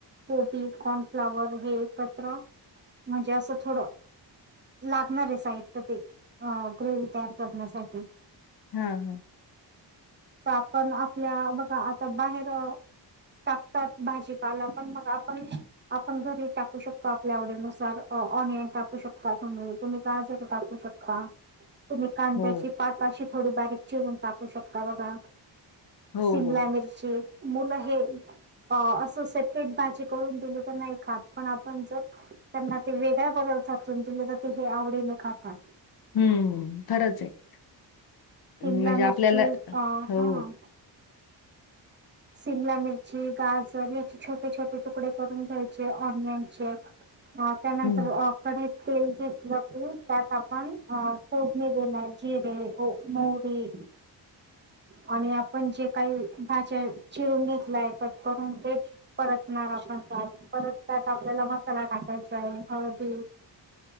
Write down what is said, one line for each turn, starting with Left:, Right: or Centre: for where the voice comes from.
Right: कोबी कॉर्नफ्लावर हे. पत्र म्हणजे असं थोड लागणार साहित्यत. अ ग्रेव तयार करण्यासाठी
Left: हा हा.
Right: तर आपण आपल्या बघा आता बाहेर. टाकतात भाजीपाला पण मग आपण आपण घरी टाकू शकतो आपल्या आवडीनुसार ऑनलाईन टकू शकता तु्ही तुम्हीय असेल टाकू शकता. तुम्ही कांद्याची
Left: हो,
Right: पात अशी थोडी बारीक चिरून टाकू शकता बघा.
Left: हो,
Right: शिमला
Left: हो.
Right: मिरची मुल हे. अ असो सपेट भाजी करून दिली तर नाही खात पण आपण जर त्यांना ते वेगळ्या प्. ुम तर ते आवडीने खातात.
Left: हम्म खरंच एक. म्हणजे
Right: शिमला मिरची
Left: आपल्याला
Right: अ
Left: हो.
Right: हा शिमला मिरची गाजर याचे छोटे छोटे तुकडे करून घ्यायचे ऑनियनचे अ त्यानंतर
Left: हं.
Right: क तेल घेतलंाते त्यात आपण अ फोडणी देणार जिरे मोरी आणि आपण जे काही भाज्या चिरून घेतलाय कट करून ते परतणार आपणत परततत आपल्याला मसाला टाक. हळदी